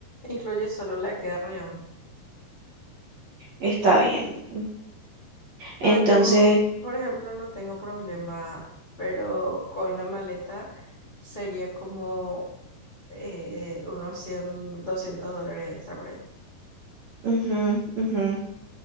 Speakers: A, on the left; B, on the right.
A: Incluye solo la que es Reón.
B: Está bien. Entonces,
A: O sea, yo, por ejemplo, no tengo problema, pero con la maleta sería como eh, unos 100, 200 dólares extra por ahí.
B: ujú, ujú.